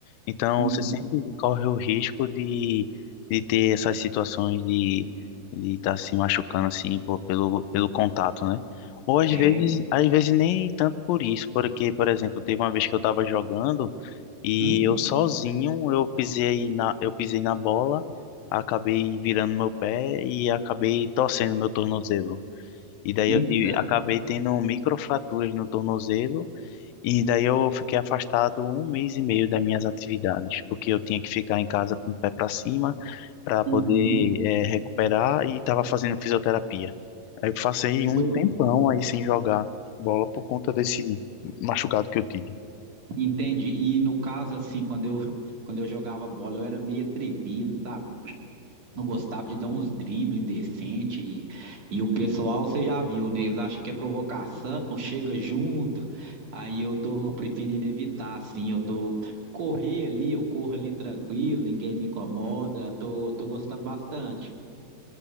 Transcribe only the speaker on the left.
então
você sempre
corre o risco de, de ter essas situações de de estar se machucando assim por- pelo pelo contato, né? Ou às vezes,
às vezes nem tanto por isso, porque, por exemplo, teve uma vez que eu estava jogando E
eu sozinho, eu pisei na, eu pisei na bola, acabei virando meu pé e acabei torcendo meu tornozelo. E daí
eu tive- acabei tendo microfraturas no tornozelo, e daí eu fiquei afastado um mês e meio das minhas atividades, porque eu tinha que ficar em casa com o pé para cima para poder
eh, recuperar e estava fazendo fisioterapia. Aí eu passei um
tempão
aí sem jogar bola por conta desse machucado que eu tive.